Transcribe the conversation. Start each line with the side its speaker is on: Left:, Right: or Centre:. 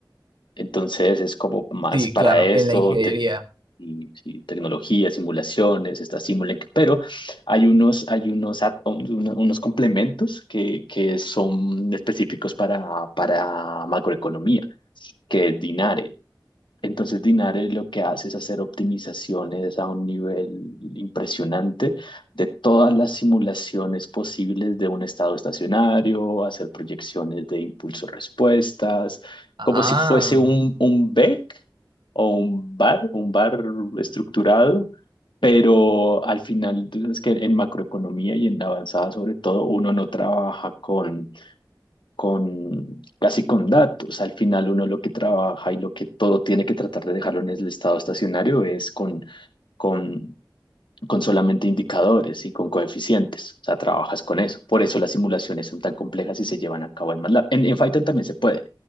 Left: Entonces es como más
Right: Sí,
Left: para
Right: claro,
Left: esto,
Right: en la ingeniería.
Left: te- y, y tecnología, simulaciones, está Simulink, pero hay unos, hay unos, add-ons, una- unos complementos que, que son específicos para, para macroeconomía, que es Dinare. Entonces Dinares lo que hace es hacer optimizaciones a un nivel impresionante de todas las simulaciones posibles de un estado estacionario, hacer proyecciones de impulso-respuestas,
Right: Ah,
Left: como si fuese un, un BEC o un bar un bar estructurado, pero al final, tú sabes que en macroeconomía y en la avanzada sobre todo, uno no trabaja con con casi con datos. Al final uno lo que trabaja y lo que todo tiene que tratar de dejarlo en el estado estacionario es con, con, con solamente indicadores y con coeficientes. O sea, trabajas con eso. Por eso las simulaciones son tan complejas y se llevan a cabo en MATLAB. En, en Python también se puede,